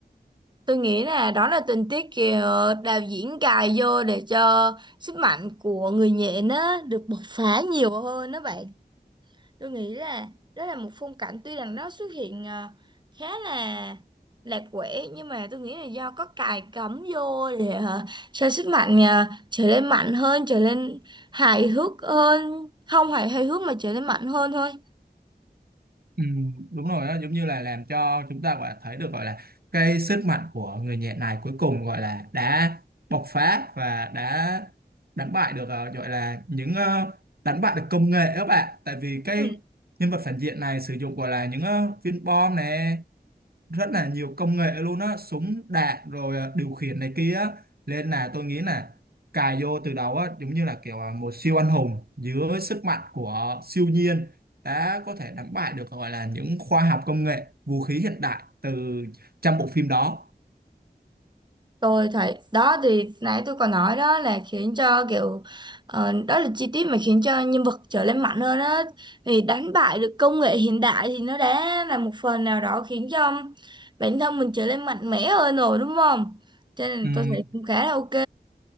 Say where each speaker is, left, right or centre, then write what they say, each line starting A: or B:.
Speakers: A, on the right (about 25°); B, on the right (about 65°).
A: Tôi nghĩ là đó là tình tiết kìa đạo diễn cài vô để cho sức mạnh của người nhện á được bộc phá nhiều hơn đó bạn. Tôi nghĩ là đó là một phong cảnh tuy rằng nó xuất hiện à, khá là lạc quẻ nhưng mà tôi nghĩ là do có cài cắm vô để à, cho sức mạnh à, trở nên mạnh hơn, trở nên hài hước hơn, không phải hài hước mà trở nên mạnh hơn thôi.
B: ừ, đúng rồi đó giống như là làm cho chúng ta gọi là thấy được gọi là cái sức mạnh của người nhẹ này cuối cùng gọi là đã bộc phá và đã đánh bại được ờ, gọi là những ờ, đánh bại được công nghệ các bạn tại vì cái
A: Ừ.
B: nhân vật phản diện này sử dụng gọi là những ờ, viên bom này rất là nhiều công nghệ luôn á súng đạn rồi à, điều khiển này kia á. nên là tôi nghĩ là cài vô từ đầu á giống như là kiểu à, một siêu anh hùng dưới sức mạnh của siêu nhiên đã có thể đánh bại được gọi là những khoa học công nghệ vũ khí hiện đại từ trong bộ phim đó
A: Tôi thấy đó thì nãy tôi còn nói đó là khiến cho kiểu ờ, đó là chi tiết mà khiến cho nhân vật trở nên mạnh hơn á thì đánh bại được công nghệ hiện đại thì nó đã là một phần nào đó khiến cho bản thân mình trở nên mạnh mẽ hơn rồi đúng không? Cho nên
B: Ừm,
A: tôi thấy cũng khá là ok.